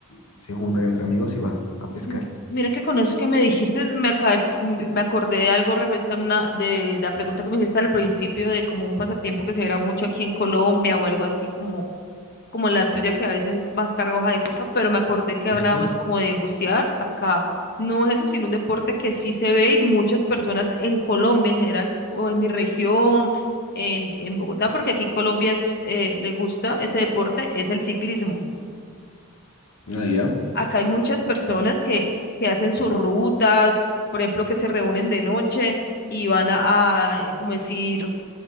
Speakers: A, on the left (about 85°); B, on the left (about 45°).
A: y se juntan entre amigos y van a pescar.
B: Ujú. Mira que con eso que me dijiste, me, aca- m- me acordé de algo referente a una, de, la pregunta que me hiciste al principio de como un pasatiempo que se verá mucho aquí en Colombia o algo así como como la tuya que a veces vas carga hoja de coca, pero me acordé que hablábamos
A: Ujú.
B: como de bucear acá. No es eso, sino un deporte que sí se ve y muchas personas en Colombia en general o en mi región, en, en Bogotá, porque aquí Colombia es, eh, le gusta ese deporte, es el ciclismo.
A: Ah, ya.
B: Acá hay muchas personas que, que hacen sus rutas, por ejemplo, que se reúnen de noche y van a, a, como decir,